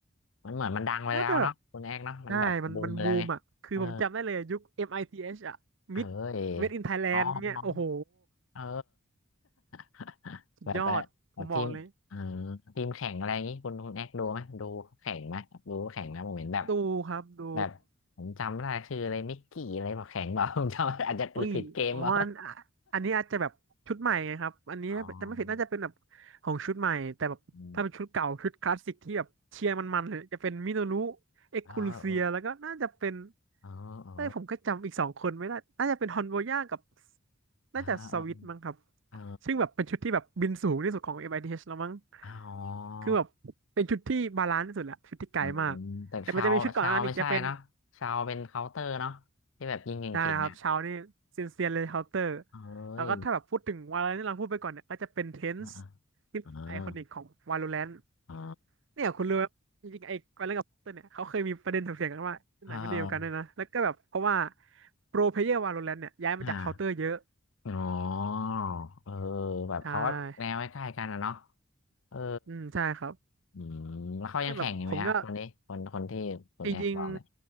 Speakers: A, on the left; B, on the right.
A: มันมันเหมือนมันดังไปแล้วเนาะคุณแอกเนาะมันแบบบูมไปแล้วไงเออ
B: แล้วแต่แบบใช่มันมันบูมอ่ะคือผมจำได้เลยยุค MITH อมไอทีเอชอ่ะ
A: เออเอ
B: Mid Made in Thailand
A: อ๋ออ๋อ
B: เนี่ยโอ้โห
A: เออ <laughs>
B: สุดยอดผมบอกเลย
A: แบบว่าแบบทีมเออทีมแข่งอะไรอย่างงี้คุณคุณแอกดูไหมดูแข่งไหมดูแข่งนะผมเห็นแบบ
B: ดูครับดู
A: แบบผมจำไม่ได้ชื่ออะไรมิกกี้อะไรบอกแข่งบอก <laughs> ผมจำอาจจะผิดเกมเปล่า
B: อุ้ยอ๋ออันอ่ะอันนี้อาจจะแบบชุดใหม่ไงครับอันนี้จะไม่ผิดน่าจะเป็นแบบ
A: อ๋อ
B: ของชุดใหม่แต่แบบถ้าเป็นชุดเก่าชุดคลาสสิกที่แบบเชียร์มันๆเลยจะเป็นมิโนรุ
A: อืม
B: เอ็กคูลูเซียแล้วก็น่าจะเป็น
A: เออเออเออเออ
B: เอ้ยผมก็จำอีกสองคนไม่ได้น่าจะเป็นฮอนโบย่ากับ
A: อ่าเออ
B: น่าจะสวิตมั้งครับ
A: เออ
B: ซึ่งแบบเป็นชุดที่แบบบินสูงที่สุดของเอ็มไอที i t ชแล้วมั้ง
A: อ๋อ
B: คือแบบเป็นชุดที่บาลานซ์ที่สุดแหละชุดที่ไกลมากแต่มันจะมีชุดก่อนอันนั้นอีกจะเป็น
A: อืมแต่ชาวชาวไม่ใช่เนาะชาวเป็นเคาน์เตอร์เนาะที่แบบยิงเก่งๆอ่ะ
B: ได้ครับเช้านี่เซียนเซียนเลยเคาน์เตอร์
A: เอ้ย
B: แล้วก็ถ้าแบบพูดถึงวาโลแรนที่เราพูดไปก่อนเนี่ยก็จะเป็นเทนส์
A: อ่าอ่า
B: ที่ไอคอนิกของวาโลแรน
A: อ่าเอ่า
B: เนี่ยคุณรู้ไหมจริงๆไอ้วาโลแรนกับเคาน์เตอร์เนี่ยเขาเคยมีประเด็นถกเถียงกันว่าที่ไหนมันเดียวกันด้วยนะแล้วก็แบบเพราะว่า
A: อ
B: โปรเพลเยอร์วาโลแรนเนี่ยย้ายมาจากเคาน์เตอร์เยอะ
A: ่าอ๋อเออแบบเขาก็แนวใกล้ๆกันอะเนาะ
B: ใช่
A: เออ
B: อืมใช่ครับ
A: อืมแล้วเขายังแข่งอยู่ไหมครับคนนี้คนคนที่คุณแอกบอกเนี่ย
B: แต่แบบผมก็จริง